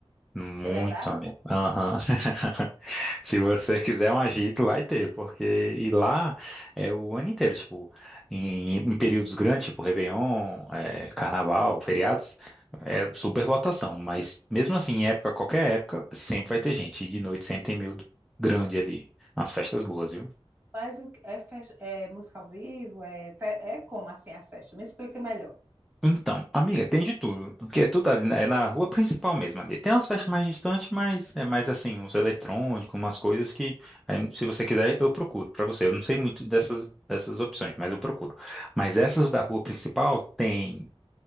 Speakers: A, in the centre; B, on the right.
A: Muito
B: É verdade?
A: amigo. Aham. <laughs> Se você quiser um agito, vai ter, porque e lá é o ano inteiro, tipo, em, em períodos grandes, tipo Réveillon, é, Carnaval, feriados, é super lotação, mas mesmo assim, em época, qualquer época, sempre vai ter gente, e de noite sempre tem miúdo grande ali, nas festas boas, viu?
B: Mas o que- é, fest... é música ao vivo? É... fe- é como assim as festas? Me explica melhor.
A: Então, amiga, tem de tudo, porque é tudo ali, né, é na rua principal mesmo ali. Tem umas festas mais distantes, mas é mais assim, uns eletrônicos, umas coisas que, aí, se você quiser, eu procuro pra você. Eu não sei muito dessas, dessas opções, mas eu procuro. Mas essas da rua principal tem